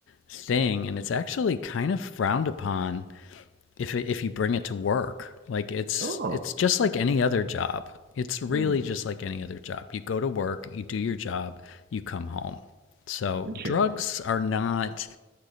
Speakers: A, on the left; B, on the right.
A: thing and it's actually kind of frowned upon if it, if you bring it to work like it's
B: Oh,
A: it's just like any other job it's really
B: mm,
A: just like any other job you go to work you do your job you come home so
B: okay.
A: drugs are not